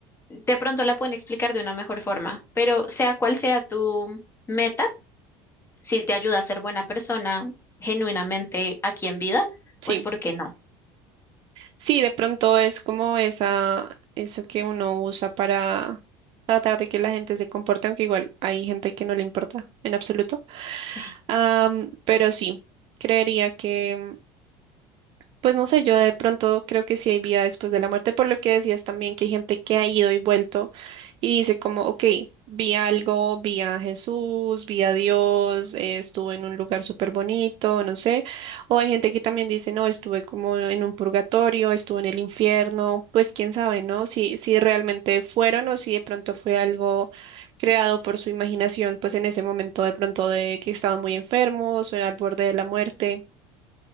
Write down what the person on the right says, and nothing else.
Sí,
sí, de pronto es como esa, eso que uno usa para tratar de que la gente se comporte, aunque igual hay gente que no le importa en absoluto.
Am, pero sí, creería que Pues no sé, yo de pronto creo que sí hay vida después de la muerte, por lo que decías también que hay gente que ha ido y vuelto y dice como, ok, vi algo, vi a Jesús, vi a Dios, eh, estuve en un lugar súper bonito, no sé, o hay gente que también dice, no, estuve como en un purgatorio, estuve en el infierno, pues quién sabe, ¿no? Si, si realmente fueron o si de pronto fue algo creado por su imaginación, pues en ese momento de pronto de que estaban muy enfermos o al borde de la muerte,